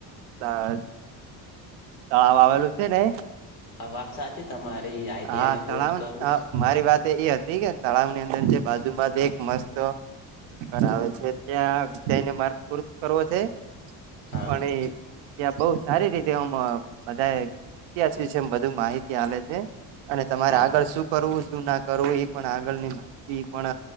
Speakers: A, on the right (about 80°); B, on the left (about 80°).
A: તા તળાવ આવેલું છેને.
B: હા વાત સાચી તમારી આઈટીઆઈ
A: હા
B: ને
A: તળાવને
B: કોર્સ કરું
A: તળાવ. મારી વાત એ હતી કે તળાવની અંદર જે બાજુમાં એક મસ્ત ઘર આવે છે ત્યા જ‌ઈને માર્ગ પુરુષ કરવો છે
B: હા
A: અને ત્યાં બઉ સારી રીતે આમ બધા ઇતિહાસ વિશે બધુ માહિતી આલે છે. અને તમારે
B: હા
A: આગળ શું કરવું? શું ના કરવું? એ પણ આગળની મા હીતી પણ